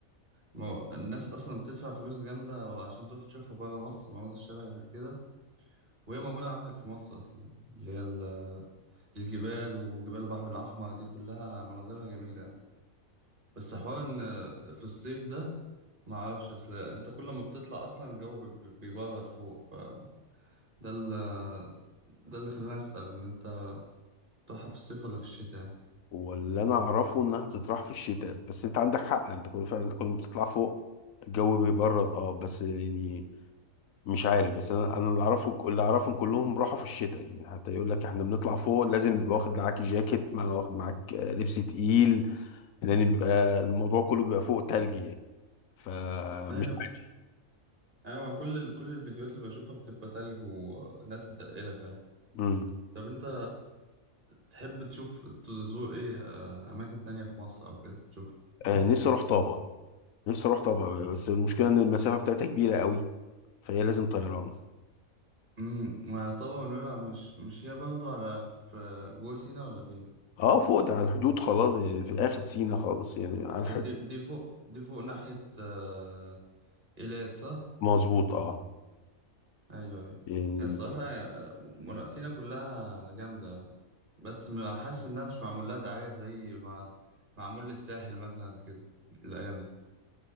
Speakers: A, on the right; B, on the left.
A: ما- الناس أصلا بتدفع فلوس جامدة عشان تروح تشوفها برا مصر مناظر شبه كده وهي موجودة عندك في مصر أصلا اللي هي ال- الجبال وجبال البحر الأحمر دي كلها مناظرها جميلة يعني. بس حوار إن في الصيف ده معرفش أصل أنت كل ما بتطلع أصلا الجو بي- بيبرد فوق فده ال- ده اللي خلاني أسأل إن أنت بتروحها في الصيف ولا في الشتاء يعني.
B: واللي انا اعرفه انها بتطرح في الشتاء بس انت عندك حق انت كل فعلا انت كل ما بتطلع فوق الجو بيبرد اه بس يعني مش عارف بس انا انا اللي اعرفه اللي اعرفهم كلهم راحوا في الشتاء يعني حتى يقول لك احنا بنطلع فوق لازم يبقى واخد معاك جاكيت مع واخد معاك آه، لبس تقيل لان بيبقى الموضوع كله بيبقى فوق تلج يعني فمش
A: ايوه
B: عارف
A: ايوه كل ال... كل الفيديوهات اللي بشوفها بتبقى تلج وناس متقلة فعلا
B: امم
A: طب انت تحب تشوف تزور ايه آه، اماكن تانية في مصر او كده تشوف
B: آه، نفسي اروح طابة نفسي اروح طابة بس المشكلة ان المسافة بتاعتها كبيرة قوي فهي لازم طيران
A: امم وطبعا ونويبع مش مش هي برضو على في جوه سينا ولا فين
B: اه فوق ده على الحدود خلاص يعني في اخر سينا خالص يعني على الحدود
A: هي دي دي فوق دي فوق ناحية آه، إيلات صح
B: مظبوط اه
A: ايوه ايوه
B: يعني
A: هي الصراحة آه، من- سينا كلها جامدة بس م- حاسس انها مش معمول لها دعاية زي ما معمول للساحل مثلا كده الايام دي.